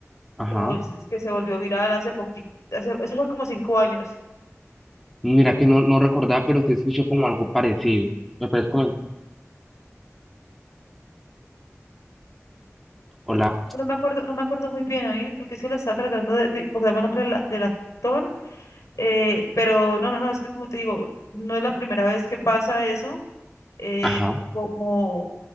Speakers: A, in the centre; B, on the left.
A: ajá.
B: que, vol- que se volvió viral hace poquito, hace, eso fue como cinco años.
A: Mira que no, no recordaba, pero sí escuché como algo parecido. ¿Me puedes comentar? Hola.
B: Es- No me acuerdo, no me acuerdo muy bien, oí, porque sí la estaba tratando de, de acordarme el nombre de la- del actor, eh, pero no, no, no, es que como te digo, no es la primera vez que pasa eso, eh,
A: Ajá.
B: como,